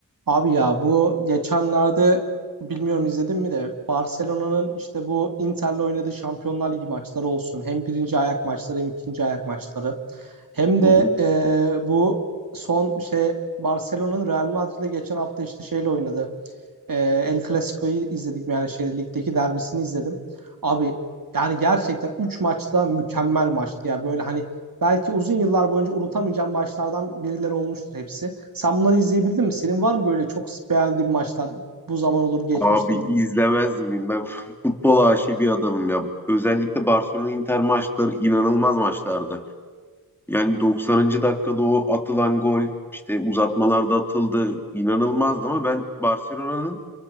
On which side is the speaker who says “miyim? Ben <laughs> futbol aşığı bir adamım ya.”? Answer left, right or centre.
Centre